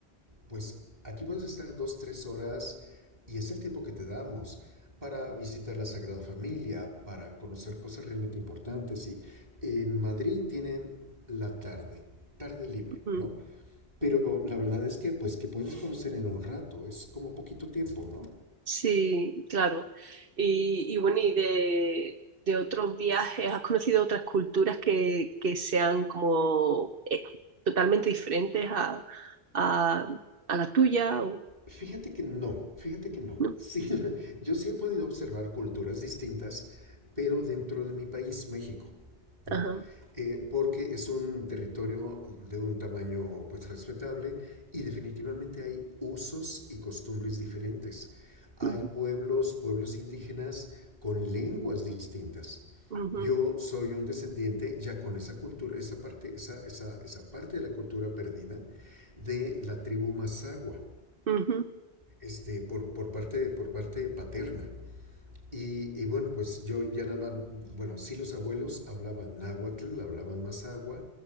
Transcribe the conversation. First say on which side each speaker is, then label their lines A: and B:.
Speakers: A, on the right; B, on the right.
A: pues, aquí puedes estar dos, tres horas y es el tiempo que te damos para visitar la Sagrada Familia, para conocer cosas realmente importantes. Y en Madrid tienen la tarde, tarde libre,
B: ujú.
A: ¿no? Pero la verdad es que, pues, que puedes conocer en un rato, es como poquito tiempo, ¿no?
B: Sí, claro. Y, y bueno, y de, de otros viajes, ¿has conocido otras culturas que, que sean como eh, totalmente diferentes a, a, a la tuya? O,
A: Fíjate que no, fíjate que no.
B: ¿no?
A: Sí, <laughs> yo sí he podido observar culturas distintas, pero dentro de mi país, México, ¿no?
B: Ajá.
A: Eh, porque es un territorio de un tamaño pues respetable y definitivamente hay usos y costumbres diferentes. Hay
B: Ujú,
A: pueblos, pueblos indígenas con lenguas distintas.
B: ujú,
A: Yo soy un descendiente ya con esa cultura, esa parte, esa, esa, esa parte de la cultura perdida de la tribu Mazahua
B: ujú.
A: este, por, por, parte, por parte paterna. Y, y, bueno, pues yo ya nada más, bueno, sí los abuelos hablaban náhuatl, hablaban mazagua,